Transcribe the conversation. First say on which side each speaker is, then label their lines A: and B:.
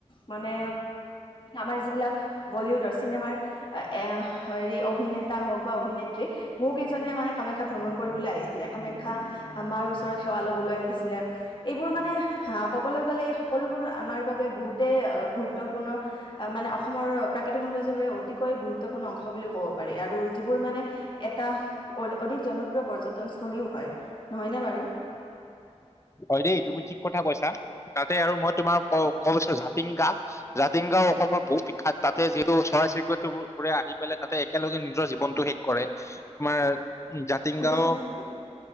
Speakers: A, on the left; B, on the left.
A: মানে আমাৰ যিবিলাক বলিউডৰ চিনেমাৰ এ হেৰি অভিনেতা হওক বা অভিনেত্ৰী বহু কেইজ নে মানে কামাখ্যা ভ্ৰমণ কৰিবলৈ আহিছিলে কামাখ্যা মাৰ ওচৰত সেৱা লবলৈ আহিছিলে এইবোৰ মানে আহ কবলৈ গ'লে এই সকলোবোৰ আমাৰ বাবে বহুতেই গুৰুত্বপূৰ্ণ মানে অসমৰ প্ৰাকৃতিক সৌন্দৰ্য অতিকৈ গুৰুত্বপূৰ্ণ অংশ বুলি ক'ব পাৰি আৰু যিবোৰ মানে এটা অ অধিক জনপ্ৰিয় পৰ্যটনস্থলীও হয় নহয়নে বাৰু
B: হয় দেই তুমি ঠিক কথা কৈছা তাতে আৰু মই তোমাৰ ক কব বিচাৰো জাতিংগা জাতিংগাও অসমৰ বহুত বিখ্যাত তাতে যিহেতু চৰাই চিৰিকটিবোৰে আহি পেলাই তাতে একেলগে নিজৰ জীৱনটো শেষ কৰে তোমাৰ জাতিংগাঁও
A: শুনিছানে তুমি